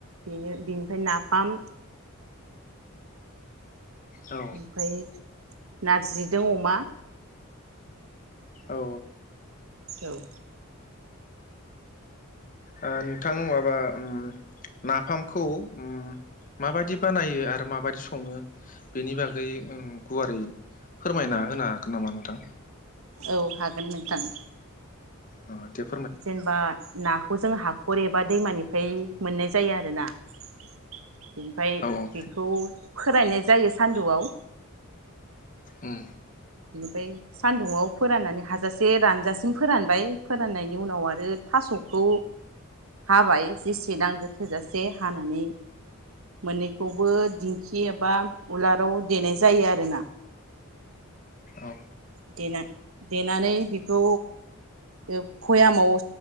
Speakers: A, on the right (about 75°); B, on the left (about 40°).
A: बेनो निफ्राय नाफाम
B: औ
A: उमफाय नारजिजो अमा
B: ओ
A: औ
B: ओ नोंथां माबा उम नाफामखौ उम माबादि बानायो आरो माबादि सङो बेनि बागै उम गुवारै फोरमायना होनो हागोन नामा नोंथां?
A: औ हागोन नोंथां।
B: अ देब
A: जेनेबा नाखौ जों हाखर एब बा दैमानिफ्राय मोननाय जायो आरोना बेनिफ्राय
B: औ औ
A: बेखौ फोरायनाय जायो सान्दुआव
B: उम
A: बेनिफ्राय सान्दुंआव फोराननानै हाजासे रानजासिम फोरानबाय फोराननायनि उनाव आरो थास'खौ हाबाय जेसे नांगो थोजासे हानानै मोननैखौबो दिंखि एबा उलाराव देनाय जायो आरोना
B: औ
A: देनानै देनानै बेखौ ओ भयामाव ओ